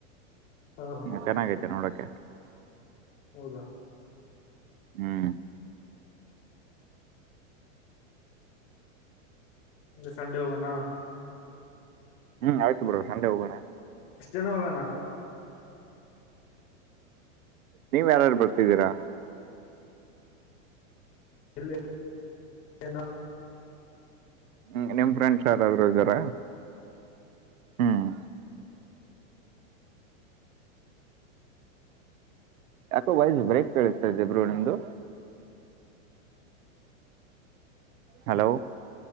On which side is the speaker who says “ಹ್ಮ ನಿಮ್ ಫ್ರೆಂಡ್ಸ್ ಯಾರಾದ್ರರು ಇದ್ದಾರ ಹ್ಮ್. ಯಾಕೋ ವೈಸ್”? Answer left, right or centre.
Right